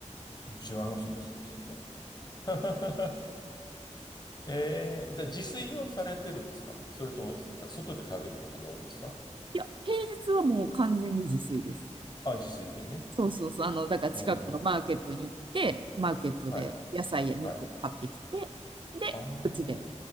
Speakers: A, on the left; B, on the right.
A: い。違いますね、全然ね。<laughs> えー、じゃあ自炊はされてるんですかそれとも、た外で食べることが多いんですか
B: いや、平日はもう完全に自炊です。
A: あ、自炊でね。
B: そうそうそう。あの、だから近くのマーケットに行って、
A: うんうんうん。
B: マーケットで野菜や肉を買ってきて、
A: はいはい。はい。
B: で、
A: ああ、
B: うちで